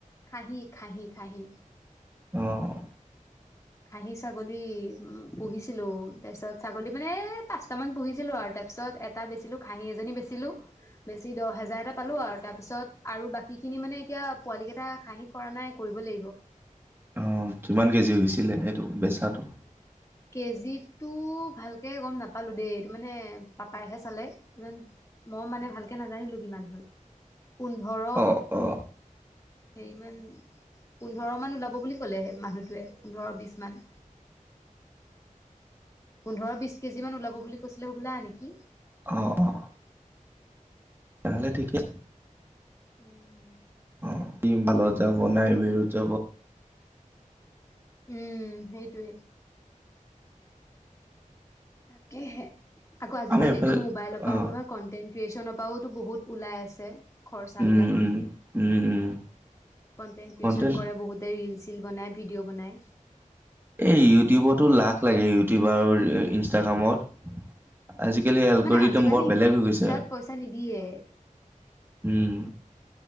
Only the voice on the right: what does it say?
অ'।
অ' কিমান কেজি হৈছিলে সেইটো বেচাটো?
অ অ
অ', অ'। তেনেহ'লে ঠিকে
অ' কি মালত যাব নে হেইবোৰত যাব।
আমাৰ এইফালে
অ
উম
উম উম উম
কন্টেন্ট
এই ইউটিউবতো লাক লাগে, ইউটিউব আৰু ইনষ্টাগ্ৰামত। আজিকালি এলকৰিডম
বৰ বেলেগ
হৈ গৈছে।
উম।